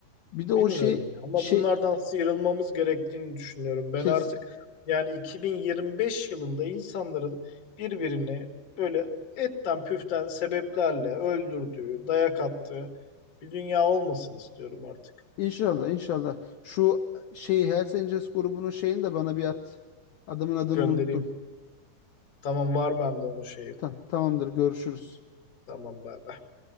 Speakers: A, on the left (about 75°); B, on the left (about 45°).
A: Bir de o
B: Bilmiyorum
A: şey
B: ya. Ama
A: şey
B: bunlardan sıyrılmamız gerektiğini düşünüyorum. Ben
A: kes
B: artık yani 2025 yılında insanların birbirini böyle etten püften sebeplerle öldürdüğü, dayak attığı bir dünya olmasın istiyorum artık.
A: inşallah inşallah şu şeyi Hells Angels grubunun şeyini de bana bir at. Adamın adını
B: Göndereyim.
A: unuttum.
B: Tamam var bende onun şeyi.
A: Tamam, tamamdır görüşürüz.
B: Tamam bay bay.